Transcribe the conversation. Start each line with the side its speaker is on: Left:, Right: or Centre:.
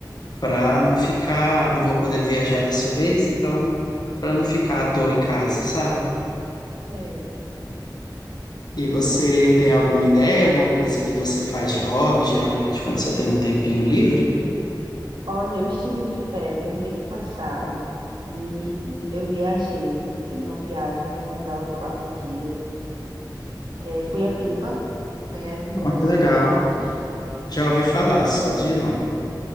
Left: para não ficar, não vou poder viajar dessa vez, então, para não ficar à toa em casa, sabe?
Right: Sei.
Left: E você
Right: É,
Left: tem alguma ideia, alguma coisa que você faz de hobby, geralmente quando você tem um tempinho livre?
Right: Olha, eu estive de férias mês passado e eu viajei, fiz uma viagem bem legal de quatro dias. É, fui a Pipa, conhece no
Left: Ó,
Right: Rio
Left: que
Right: Grande
Left: legal.
Right: do Norte.
Left: Já ouvi falar,
Right: Sim.
Left: só de nome.